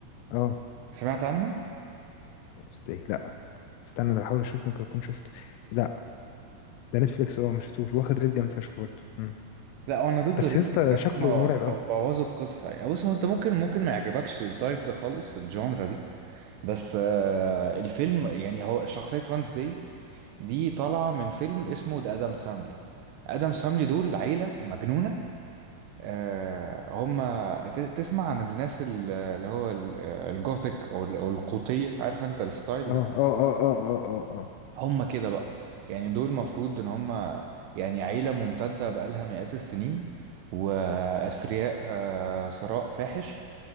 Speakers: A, on the left; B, on the right.
A: اه
B: سمعت عنه؟
A: وانس داي لا استنى انا بحاول اشوف ممكن اكون شفته لا ده نتفليكس اه ما شفتوش واخد ريت جامد فشخ برضه مم.
B: لا هو انا ضد
A: بس
B: الريتنج
A: يا اسطى
B: ده
A: شكله
B: هما
A: مرعب
B: ب-
A: قوي
B: بوظوا القصه يعني بص هو انت ممكن ممكن ما يعجبكش التايب ده خالص الجانرا دي بس آه الفيلم يعني هو شخصيه وانسداي دي طالعه من فيلم اسمه ذا ادم ساملي ادم ساملي دول عيله مجنونه آه، هم ت- تسمع عن الناس ال- اللي هو ال- الجوثيك او ال- أو القوطية عارف انت الستايل
A: اه
B: ده
A: اه اه اه اه اه اه
B: هم كده بقى يعني دول مفروض ان هم يعني عيلة ممتدة بقالها مئات السنين واثرياء آه، ثراء فاحش